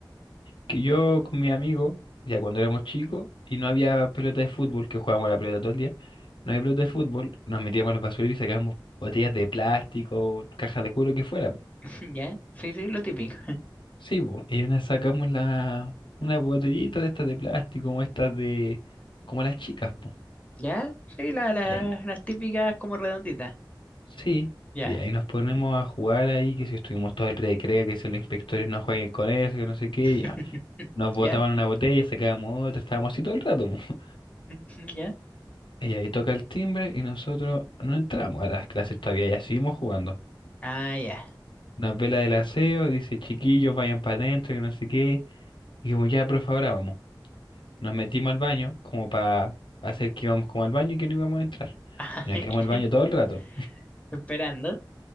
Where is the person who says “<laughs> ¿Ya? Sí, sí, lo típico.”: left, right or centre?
Left